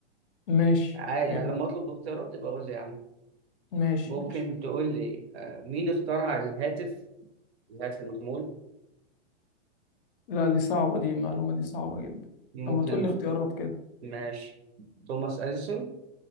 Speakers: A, on the left (about 50°); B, on the right (about 60°).
A: ماشي
B: عادي
A: حلو
B: يعني لما أطلب اختيارات تبقى قول لي يا عم
A: ماشي
B: ممكن
A: ماشي
B: تقول لي آه، مين اخترع الهاتف الهاتف المحمول
A: لا دي صعبة دي معلومة دي صعبة جدا
B: ممكن
A: طب ما تقول لي اختيارات كده
B: ماشي توماس أديسون